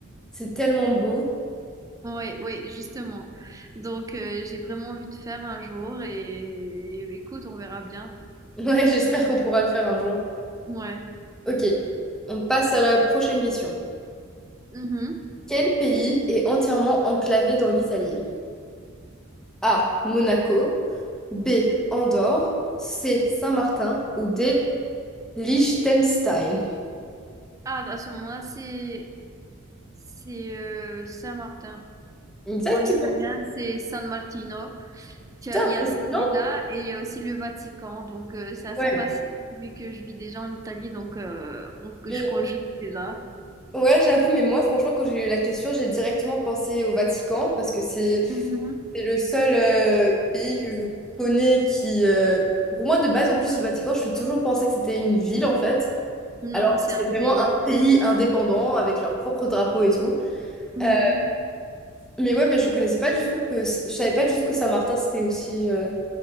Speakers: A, in the centre; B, on the right.
A: c'est tellement beau.
B: Oui, oui, justement. Donc, euh, j'ai vraiment envie de faire un jour et, et écoute, on verra bien.
A: <laughs> Ouais, j'espère qu'on pourra le faire un jour.
B: Ouais.
A: Ok, on passe à la prochaine question.
B: Mhm.
A: Quel pays est entièrement enclavé dans l'Italie? A. Monaco. B. Andorre. C. Saint-Martin. Ou D. Liechtenstein.
B: Ah, à ce moment-là, c'est c'est euh, Saint-Martin.
A: Exactement.
B: En italien, c'est San Martino. Tu
A: Putain,
B: as- Il
A: impressionnant
B: y a celui-là et il y a aussi le Vatican. Donc, euh, c'est assez
A: Ouais.
B: facile vu que je vis déjà en Italie. Donc, euh, on- que
A: Mais
B: je crois juste déjà.
A: ouais, j'avoue, mais moi, franchement, quand j'ai eu la question, j'ai directement pensé au Vatican parce que c'est
B: Mhm.
A: C'est le seul euh, pays que je connais qui, euh, pour moi de base, en plus le Vatican, je suis toujours pensé que c'était une ville en fait,
B: Non,
A: alors
B: c'est
A: que c'est
B: un
A: vraiment
B: pays.
A: un pays indépendant avec leur propre drapeau et tout.
B: Mhm.
A: Euh, mais ouais, mais je connaissais pas du tout que, je savais pas du tout que Saint-Martin c'était aussi euh,